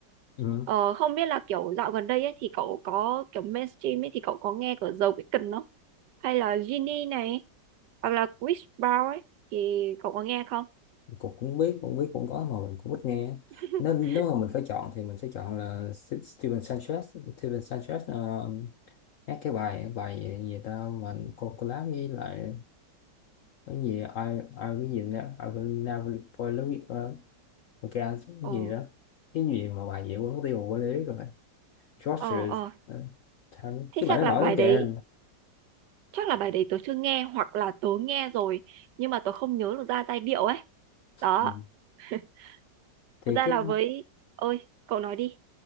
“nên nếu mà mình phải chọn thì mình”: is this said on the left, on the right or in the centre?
Left